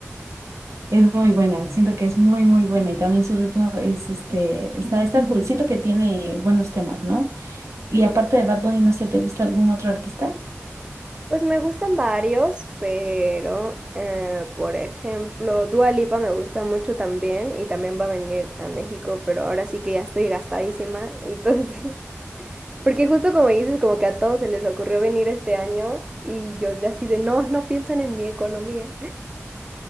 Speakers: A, on the right (about 80°); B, on the right (about 20°).
A: Es muy buena, siento que es muy, muy buena y también su ritmo es, este, está, está cool, siento que tiene buenos temas, ¿no? Y
B: Sí.
A: aparte de Bad Bunny, no sé, ¿te gusta algún otro artista?
B: Pues me gustan varios, pero eh, por ejemplo, Dua Lipa me gusta mucho también y también va a venir a México, pero ahora sí que ya estoy gastadísima, <laughs> entonces, porque justo como dices, como que a todos se les ocurrió venir este año y yo de así de no, no piensan en mi economía.